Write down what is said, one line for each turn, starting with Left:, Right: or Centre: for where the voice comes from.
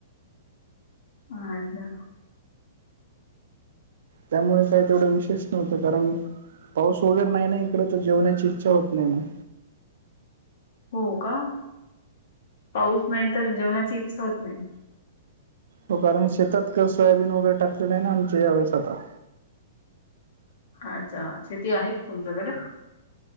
Left: अछा
Right: त्यामुळे काय तेवढं विशेष नव्हतं कारण, पाऊस वगैरे नाही नाही इकडे तर जेवण्याची इच्छा होत नाही मग.
Left: हो का? पाऊस नाही तर जेवणाची इच्छा होत नाही.
Right: हो कारण शेतात का सोयाबीन वगैरे टाकले नाही ना आमच्या यावेळेस आता.
Left: अच्छा शेती आहे तुमच्याकडे?